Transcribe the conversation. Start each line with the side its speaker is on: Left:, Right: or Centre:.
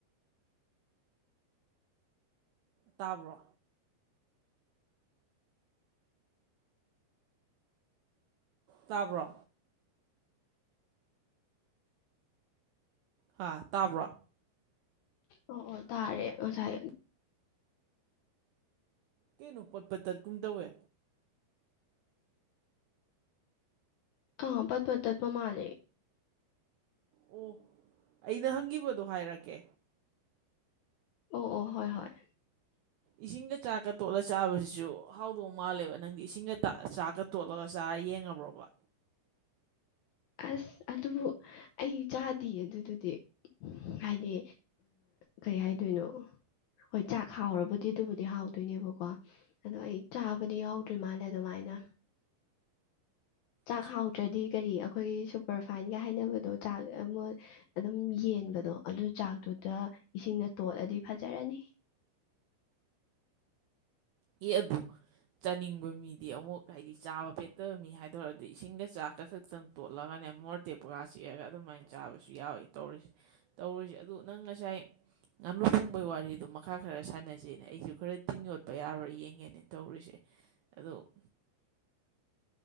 Right: ꯇꯥꯕ꯭ꯔꯣ ꯇꯥꯕ꯭ꯔꯣ ꯍꯥ ꯇꯥꯕ꯭ꯔꯣ
Left: ꯑꯣ ꯑꯣ ꯇꯥꯔꯦ ꯉꯁꯥꯏ
Right: ꯀꯩꯅꯣ ꯄꯣꯠ ꯄꯠ ꯇꯠ ꯀꯨꯝ ꯇꯧꯋꯦ
Left: ꯑꯥ ꯄꯠ ꯄꯠ ꯇꯠꯄ ꯃꯥꯂꯦ
Right: ꯑꯣ ꯑꯩꯅ ꯍꯪꯈꯤꯕꯗꯣ ꯍꯥꯏꯔꯛꯀꯦ
Left: ꯑꯣ ꯑꯣ ꯍꯣꯏ ꯍꯣꯏ
Right: ꯏꯁꯤꯡꯒ ꯆꯥꯛꯀ ꯇꯣꯠꯂ ꯆꯥꯕꯁꯤꯁꯨ ꯍꯥꯎꯗꯧ ꯃꯥꯜꯂꯦꯕ ꯅꯪꯗꯤ ꯏꯁꯤꯡꯒ ꯆꯥꯛꯀ ꯇꯣꯠꯂꯒ ꯆꯥꯔ ꯌꯦꯡꯉꯕ꯭ꯔꯣꯕ
Left: ꯑꯁ ꯑꯗꯨꯕꯨ ꯑꯩ ꯆꯥꯗꯤꯌꯦ ꯑꯗꯨꯗꯨꯗꯤ ꯍꯥꯏꯗꯤ ꯀꯩ ꯍꯥꯏꯗꯣꯏꯅꯣ ꯍꯣꯏ ꯆꯥꯛ ꯍꯥꯎꯔꯕꯨꯗꯤ ꯑꯗꯨꯕꯨꯗꯤ ꯍꯥꯎꯗꯣꯏꯅꯦꯕꯀꯣ ꯑꯗꯣ ꯑꯩ ꯆꯥꯕꯗꯤ ꯌꯥꯎꯗ꯭ꯔꯤ ꯃꯥꯜꯂꯦ ꯑꯗꯨꯃꯥꯏꯅ ꯆꯥꯛ
Right: ꯑꯁ
Left: ꯍꯥꯎꯇ꯭ꯔꯗꯤ ꯑꯩꯈꯣꯏꯒꯤ ꯁꯨꯄꯔ ꯐꯥꯏꯟꯒ ꯍꯥꯏꯅꯕꯗꯣ ꯆꯥꯛ ꯑꯃ ꯑꯗꯨꯝ ꯌꯦꯟꯕꯗꯣ ꯑꯗꯨ ꯆꯥꯛꯇꯨꯗ ꯏꯁꯤꯡꯅ ꯇꯣꯠꯂꯗꯤ ꯐꯖꯔꯅꯤ
Right: ꯑꯦ ꯑꯗꯨ ꯆꯥꯅꯤꯡꯕ ꯃꯤꯗꯤ ꯑꯃꯨꯛ ꯍꯥꯏꯗꯤ ꯆꯥꯕ ꯄꯦꯠꯇꯕ ꯃꯤ ꯍꯥꯏꯗꯧꯔꯗꯤ ꯏꯁꯤꯡꯒ ꯆꯥꯛꯀ ꯈꯛꯇꯪ ꯇꯣꯠꯂꯒꯅꯦ ꯃꯣꯔ ꯇꯦꯛꯄꯒ ꯆꯤꯛꯑꯒ ꯑꯗꯨꯃꯥꯏꯅ ꯆꯥꯕꯁꯨ ꯌꯥꯎꯋꯤ ꯇꯧꯔꯤꯁꯦ ꯇꯧꯔꯤꯁꯦ ꯑꯗꯨ ꯅꯪ ꯉꯁꯥꯏ ꯉꯥꯅꯨ ꯐꯣꯡꯕꯩ ꯋꯥꯔꯤꯗꯣ ꯃꯈꯥ ꯈꯔ ꯁꯥꯟꯅꯁꯤꯅꯦ ꯑꯩꯁꯨ ꯈꯔ ꯇꯤꯟ ꯌꯣꯠꯄ ꯌꯥꯔꯣꯏ ꯌꯦꯡꯉꯦ ꯇꯧꯔꯤꯁꯦ ꯑꯗꯣ